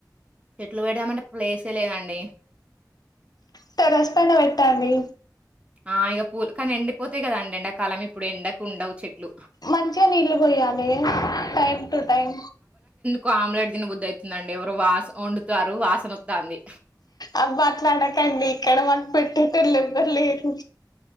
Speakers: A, on the right; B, on the left.
A: చెట్లు పెడ్దామంటే ప్లేసే లేదండి
B: టేరస్పన వెట్టండి
A: ఆ ఇగ పూల్ కాన్ ఎండిపోతాయ్ కదండి ఎంకాలం ఇప్పుడెండక్ ఉండవ్ చెట్లు
B: మంచిగా నీళ్ళు పోయాలే టైమ్ టు టైం
A: కొ ఆమ్లెట్ తీన్బుద్దైతుందండి ఎవరొ వాస్ వండుతారు వాసనొత్తాంది
B: ఆబ్బట్లానకండి ఇక్కడ మాక్ పెట్టేటోళ్ళెవ్వర్ లేరు